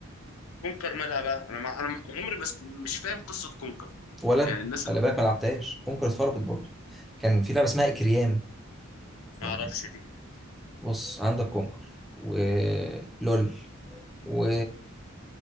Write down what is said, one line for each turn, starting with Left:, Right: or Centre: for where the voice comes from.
Left: كونكر مالها بقى انا ما... انا ما- عمري بس مش فاهم قصة كونكر
Centre: ولا انا
Left: يعني الناس
Centre: خلي
Left: اللي
Centre: بالك ما لعبتهاش كونكر اتخربت برضه كان في لعبه اسمها اكريام
Left: ما
Centre: يعني
Left: اعرفش دي
Centre: بص عندك كونكر ولول و